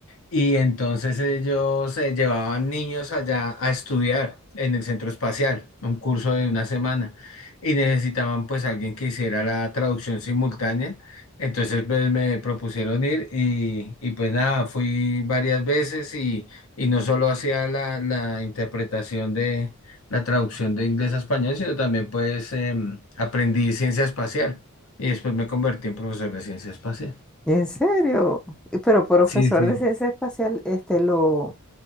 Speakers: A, on the left; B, in the centre.
A: y entonces ellos eh, llevaban niños allá a estudiar en el Centro Espacial, un curso de una semana, y necesitaban pues alguien que hiciera la traducción simultánea. Entonces pues, me propusieron ir y, y pues nada, fui varias veces y, y no solo hacía la, la interpretación de la traducción de inglés a español, sino también pues em, aprendí ciencia espacial y después me convertí en profesor de ciencia espacial.
B: ¿En serio? Y Pero profesor
A: Sí, sí.
B: de ciencia espacial, este lo...